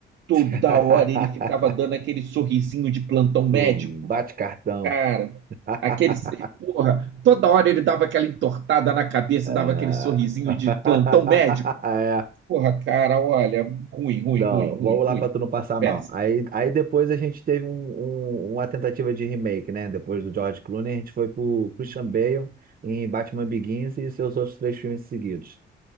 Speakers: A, on the right; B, on the right.
A: toda
B: <laughs>
A: hora ele ficava dando aquele sorrisinho de plantão médico.
B: Do bate-cartão.
A: Cara,
B: <laughs>
A: aquele. Porra, toda hora ele dava aquela entortada na cabeça,
B: É...
A: dava aquele sorrisinho
B: <laughs>
A: de plantão médico.
B: É.
A: Porra, cara, olha, ruim, ruim,
B: Não,
A: ruim, ruim,
B: vamos
A: ruim.
B: lá pra tu não passar
A: Péssimo,
B: mal. Aí, aí depois a gente teve um, um- uma tentativa de remake, né? Depois do George Clooney, a gente foi pro Christian Bale em Batman Begins e seus outros três filmes seguidos.